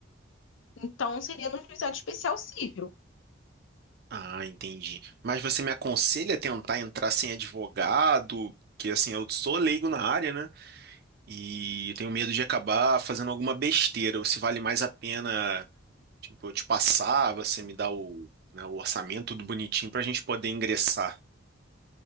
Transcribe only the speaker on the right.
Ah, entendi. Mas você me aconselha a tentar entrar sem advogado? Porque assim, eu sou leigo na área, né? E tenho medo de acabar fazendo alguma besteira, ou se vale mais a pena Tipo, eu te passar, você me dá o, né, o orçamento tudo bonitinho pra gente poder ingressar.